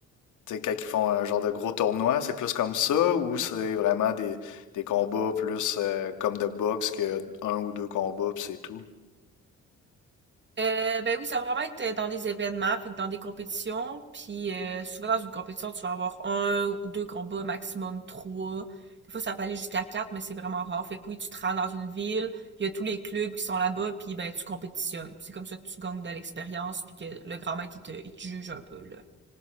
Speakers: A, on the left; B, on the right.
A: tu sais, quand ils font un genre de gros tournoi, c'est plus comme ça ou c'est vraiment des, des combats plus euh, comme de boxe que un ou deux combats puis c'est tout.
B: Euh, ben oui, ça va vraiment être euh, dans des événements, fait que dans des compétitions, puis euh, souvent dans une compétition, tu vas avoir un ou deux combats, maximum trois. Des fois, ça peut aller jusqu'à quatre, mais c'est vraiment rare. Fait que oui, tu te rends dans une ville, il y a tous les clubs qui sont là-bas, puis ben tu compétitionnes. C'est comme ça que tu gagnes de l'expérience, puis que le grand maître, il te, il te juge un peu, là.